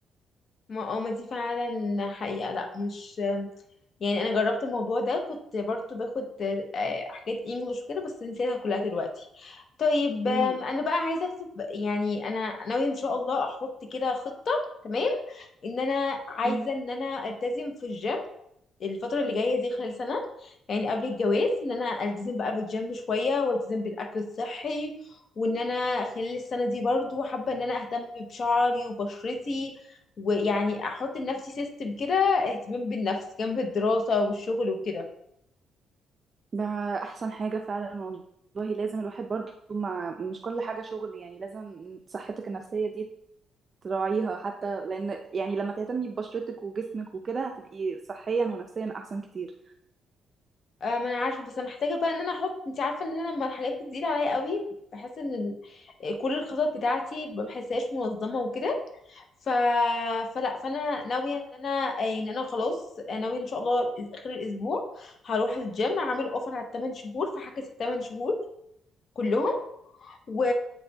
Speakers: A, on the left; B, on the right.
A: ما اه ما دي فعلا حقيقه لا مش يعني انا جربت الموضوع ده كنت برضو باخد آه، حاجات انجلش وكده بس نسيتها كلها دلوقتي طيب
B: امم
A: آم، انا بقى عايزه اطلب يعني انا ناويه ان شاء الله احط كده خطه تمام ان انا عايزه
B: امم
A: ان انا التزم في الجيم الفترة اللي جاية دي خلال سنة يعني قبل الجواز ان انا التزم بقى بالجيم شوية والتزم بالاكل الصحي وان انا خلال السنة دي برضو حابة ان انا اهتم بشعري وبشرتي ويعني احط لنفسي سيستم كده اهتمام بالنفس جنب الدراسة والشغل وكده
B: ده احسن حاجه فعلا والله لازم الواحد برضو ما مش كل حاجه شغل يعني لازم صحتك النفسيه دي تراعيها حتى لان يعني لما تهتمي ببشرتك وجسمك وكده هتبقي صحيا ونفسيا احسن كتير
A: آه ما انا عارفة بس انا محتاجة بقى ان انا احط انت عارفة ان انا لما الحاجات بتزيد عليا قوي بحس ان ال... كل الخطط بتاعتي ما بحسهاش منظمة وكده ف... فلا فانا ناويه ان انا ان انا خلاص ناويه ان شاء الله اخر الاسبوع هروح الجيم عامل اوفر على الثمان شهور فهحجز الثمان شهور كلهم و